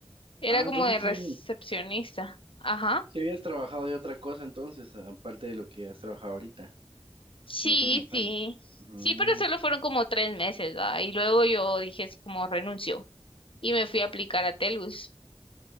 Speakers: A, on the left; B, on the right.
A: era
B: Ah,
A: como
B: entonces
A: de recepcionista.
B: sí.
A: Ajá.
B: ¿Qué habías trabajado de otra cosa entonces, aparte de lo que has trabajado ahorita,
A: Sí,
B: en los últimos
A: sí.
B: años. Mm,
A: Sí, pero solo fueron como tres meses, ¿va? Y luego yo dije así como renuncio y me fui a aplicar a Telus.